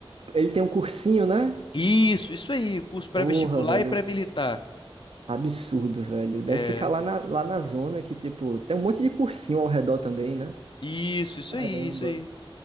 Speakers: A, on the right; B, on the left.
A: Ele tem um cursinho, né?
B: Isso, isso aí, curso pré-vestibular
A: Porra, velho.
B: e pré-militar.
A: Absurdo, velho. Deve
B: É,
A: ficar lá na, lá na zona que, tipo, tem um monte de cursinho ao redor também, né?
B: isso, isso
A: Caramba.
B: aí, isso aí.